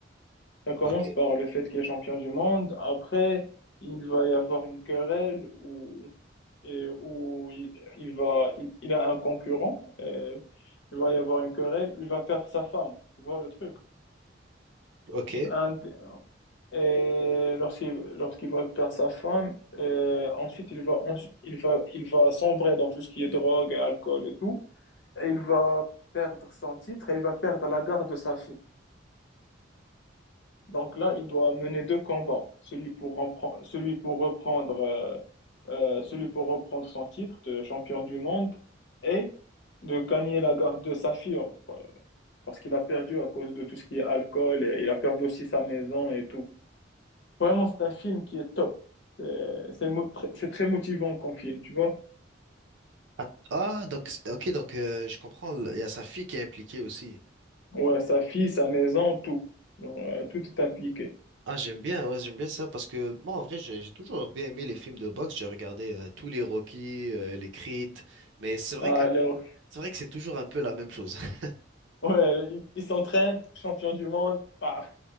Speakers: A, on the left; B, on the right.
A: Ça commence
B: Ok,
A: par le fait qu'il est champion du monde. Après, il va y avoir une querelle où, et où il, il va, il, il a un concurrent. et il va y avoir une querelle. Il va perdre sa femme. Tu vois le truc.
B: ok.
A: Un d- et lorsqu'il lorsqu'il va perdre sa femme, euh, ensuite il va, en- il va, il va sombrer dans tout ce qui est drogue, alcool et tout. Et il va perdre son titre et il va perdre la garde de sa fille. Donc là, il doit mener deux combats, celui pour reprendre, celui pour reprendre, euh, euh, celui pour reprendre son titre de champion du monde et de gagner la garde de sa fille, euh, parce qu'il a perdu à cause de tout ce qui est alcool et il a perdu aussi sa maison et tout. Vraiment, c'est un film qui est top. C'est c'est mo- tr- c'est très motivant comme film, tu vois.
B: Ah, ah, donc, ok, donc, euh, je comprends, il y a sa fille qui est impliquée aussi.
A: Ouais, sa fille, sa maison, tout. Donc, euh, tout est impliqué.
B: Ah, j'aime bien, ouais, j'aime bien ça parce que moi, en vrai, j'ai j'ai toujours bien aimé les films de boxe. J'ai regardé euh, tous les Rocky, euh, les Creed, mais c'est vrai
A: Alors,
B: que c'est vrai que c'est toujours un peu la même chose. <laughs>
A: ouais, il, il s'entraîne, champion du monde, paf.